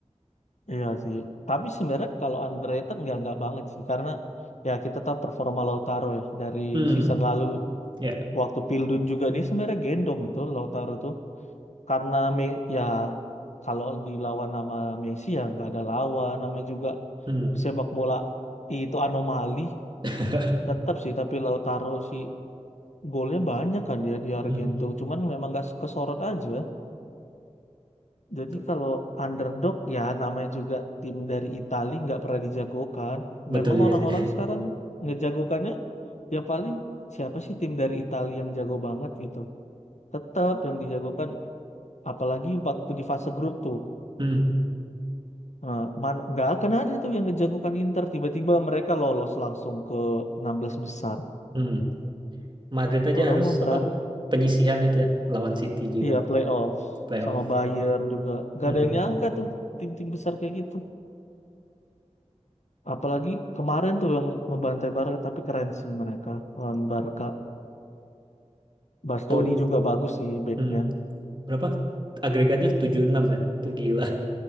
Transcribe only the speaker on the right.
hmm
ya
hmm
<laughs>
hmm
Tuh,
betul
juga
sih
hmm
hmm Madrid aja
harus
apa penyisihan itu ya lawan City juga
playoff
Hmm,
itu
hmm, berapa agregatnya tujuh enam ya itu gila